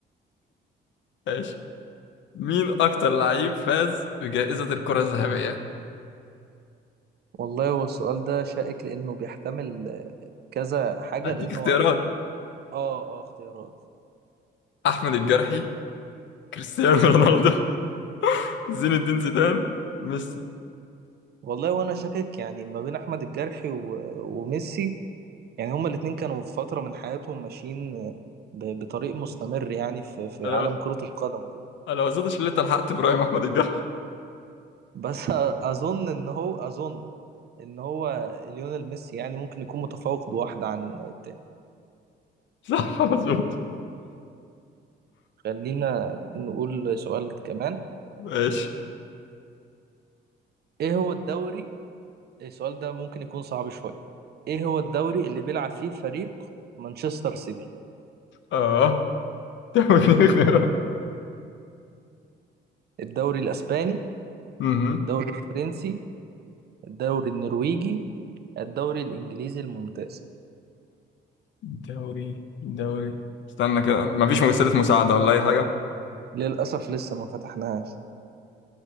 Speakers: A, on the left (about 70°); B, on the right (about 55°).
A: ماشي مين اكتر لعيب فاز بجائزة الكرة الذهبية
B: والله هو السؤال ده شائك لانه بيحتمل آه، كذا حاجة
A: هديك
B: لانه
A: اختيارات
B: هو- اه اه اختيارات
A: احمد الجرحي كريستيانو رونالدو <laughs> زين الدين زيدان ميسي
B: والله وانا شاكك يعني ما بين احمد الجرحي و... وميسي يعني هما الاتنين كانوا في فترة من حياتهم ماشيين آه، ب... بطريق مستمر يعني في في
A: انا
B: عالم كرة القدم وكده
A: انا ما اظنش ان انت لحقت ابراهيم احمد الجرحي
B: بس آه، اظن ان هو اظن ان هو ليونيل ميسي يعني ممكن يكون متفوق بواحدة عن التاني
A: <laughs> صح مظبوط
B: خلينا نقول سؤال كمان
A: ماشي
B: ايه هو الدوري السؤال ده ممكن يكون صعب شوية ايه هو الدوري اللي بيلعب فيه فريق مانشستر سيتي
A: اه تعمل إيه <laughs> اختيارات
B: الدوري الاسباني
A: مهم.
B: الدوري الفرنسي الدوري النرويجي الدوري الانجليزي الممتاز
A: دوري دوري استنى كده مفيش مجسدة مساعدة ولا اي حاجة
B: للاسف لسه ما فتحناهاش